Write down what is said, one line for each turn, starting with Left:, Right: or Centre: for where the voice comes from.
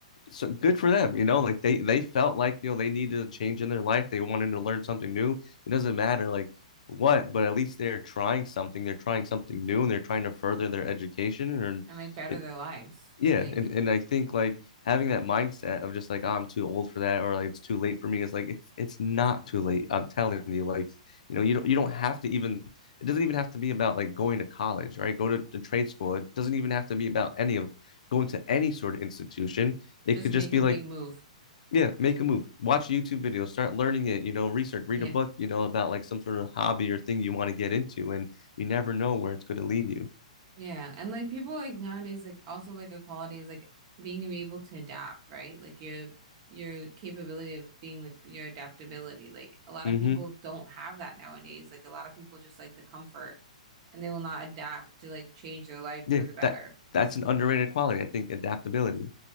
Left: so good for them. You know, like they they felt like you know they needed a change in their life. They wanted to learn something new. It doesn't matter like what, but at least they're trying something. They're trying something new, and they're trying to further their education. And
Right: And like, better
Left: it
Right: their lives.
Left: yeah,
Right: Like,
Left: and and I think like having that mindset of just like oh, I'm too old for that or like it's too late for me is like it's it's not too late. I'm telling you, like you know you don't you don't have to even it doesn't even have to be about like going to college, right? Go to, to trade school. It doesn't even have to be about any of going to any sort of institution. It
Right: just
Left: could
Right: make
Left: just be
Right: a big
Left: like
Right: move.
Left: yeah, make a move. Watch YouTube videos, start learning it, you know, research,
Right: Yeah.
Left: read a book, you know, about like some sort of hobby or thing you want to get into, and you never know where it's going to lead you.
Right: Yeah, and like people like nowadays like also like a quality is like being able to adapt, right? Like your your capability of being like your adaptability. Like a lot
Left: hmm
Right: of people don't have that nowadays. Like a lot of people just like the comfort and they will not adapt to like change their life
Left: Yeah,
Right: for the better.
Left: that that's an underrated quality, I think, adaptability.